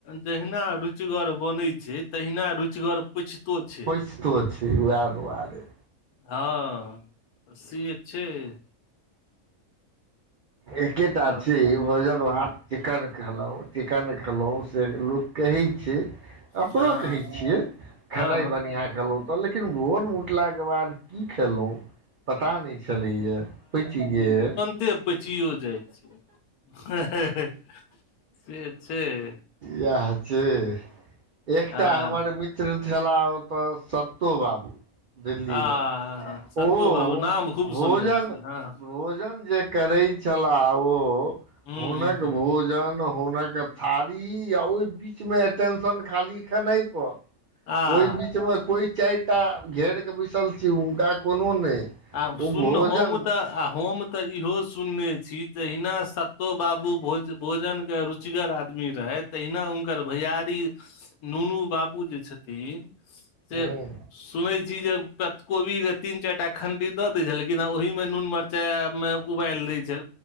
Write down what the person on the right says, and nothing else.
पइचतो छैय वैह दुआरे।
एकेटा
छैय भोजन भात चिकन खेलव। चिकन खेलहुँं से लोक कहइ छैय। अपनो
कहै छियै
खेनाइ
बढ़िआँ खेलऊ तऽ लेकिन भोर म कुटलाक के बाद की खेलऊ पता नहि छलैया पइच गेल।
याह छैय एकटा
हमर मित त छेलाह ओतऽ सत्तो बाबू। दिल्लीमे
ओ
भोजन
भोजन जे करै छलाह ओ
हुनक
भोजन हुनक खादि अ ओइय बीच मे एटेंशन खाली खेनाइ प।
ओय बीचमे कोइ चाईटा घेरके बैसल छे हुनका कोनो नहि।
ओ
भोजन
ह